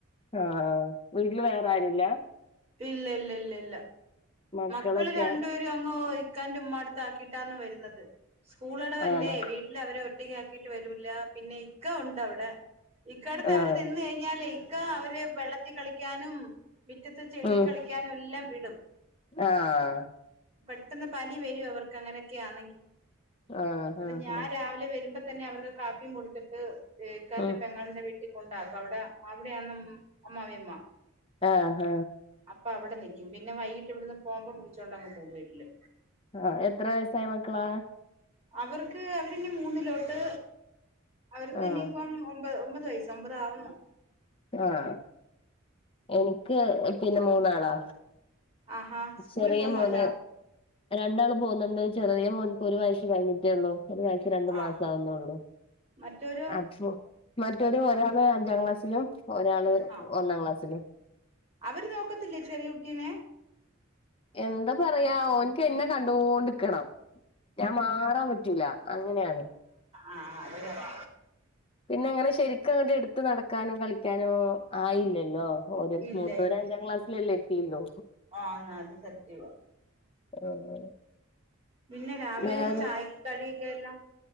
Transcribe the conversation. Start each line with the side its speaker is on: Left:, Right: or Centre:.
Left: ആഹ്. വീട്ടില് വേറാരുല്ല?
Right: ഇല്ലല്ലല്ലല്ല.
Left: മക്കളൊക്കെയാ
Right: മക്കള് രണ്ടുപേരും അങ്ങോ ഇക്കാന്റെ ഉമ്മാട്ത്താക്കിട്ടാന്ന് വെരുന്നത്. സ്കൂളടവല്ലേ.
Left: ആണോ
Right: വീട്ട്ലവരെ ഒറ്റക്കാക്കീട്ട് വരൂല. പിന്നെഇക്കഉണ്ട്അവിടെ ഇക്കാട്ത്തെ
Left: ആഹ്
Right: അവര്നിന്ന് ഴിഞ്ഞാലെയ് ഇക്ക അവരെ വെള്ളത്തീകളിക്കാനും, മിറ്റത്ത്ചെളികളിക്കാനും,
Left: ഉം
Right: എല്ലാംവിടും.
Left: ആഹ്.
Right: പെട്ടെന്ന്പനി വരും. അവർക്ക് അങ്ങനെക്കെയാണ്.
Left: ആഹ്
Right: ഇന്നട്ട്
Left: ആഹ്
Right: ഞാൻ
Left: ആഹ്
Right: രാവിലെ വര്മ്പ തന്നെ അവരുടെകാപ്പിയുംകൊട്ത്തിട്ട് ഇക്കാന്റെ
Left: ഉം
Right: പെങ്ങൾന്റെവീ കൊണ്ടാക്കും. അവിടെ അവിടെ യാന്നം അമ്മായിമ്മ.
Left: ആഹ്. ആഹ്.
Right: അപ്പ അവ്ടെ നിക്യും. പിന്നെ വൈകീട്ട് ഇവ്ട്ന്ന് പോമ്പോം വിളിച്ചോണ്ടങ്ങ് പോകുംവീട്ടില്.
Left: ആഹ് എത്രവയസ്സായ മക്കളാ?
Right: അവർക്ക് അവര് ഇനി മൂന്നിലോട്ട്. അവർക്ക്
Left: ആഹ്
Right: ഇനിയിപ്പം ഒമ്പത് ഒമ്പത് വയസ്സ് അമ്പതാവുന്നു.
Left: ആഹ്. എനിക്ക് പിന്നെമൂന്നാളാ.
Right: ആഹാ സ്കൂളിൽ
Left: ചെറിയമോന്.
Right: പോകുന്നല്ല
Left: രണ്ടാള് പോവ്ന്നുണ്ട്. ചെറിയമോൻക്ക് ഒരുവയസ്സ് കഴിഞ്ഞിട്ടേ ഒള്ളു. ഒരുവയ രണ്ട്മാസാവുന്നൊള്ളു.
Right: ആ മറ്റൊരു
Left: അപ്പൊ. മറ്റോന് ഒരാള്അഞ്ചാംക്ലാസ്സിലും, ഒരാള്ഒന്നാംക്ലാസ്സിലും.
Right: ആ അവര് നോക്കത്തില്ലേ ചെറിയ കുട്ടിനെ.
Left: എന്താ പറയാ. ഓന്ക് എന്നെ കണ്ടോണ്ട്ക്കണം. ഞാൻ മാറാൻ പറ്റൂല. അങ്ങനെയാണ്.
Right: ആഹ് അത് <unintelligible>
Left: പിന്നെ അങ്ങനെ ശെരിക്കും അങ്ങട്ട് ഇടുത്ത് നടക്കാനും കളിക്കാനും ആയില്ലല്ലോ. ഓര്
Right: ഇല്ല
Left: മൂത്തോര് അഞ്ചാം ക്ലാസിലെല്ലെ എത്തീള്ളു
Right: ആന്ന് അത് സത്യവാ
Left: <unintelligible>
Right: പിന്നെ രാവിലെ
Left: വേറെ
Right: എന്താ ചായെക്ക് കടിയെക്കെ എല്ലാ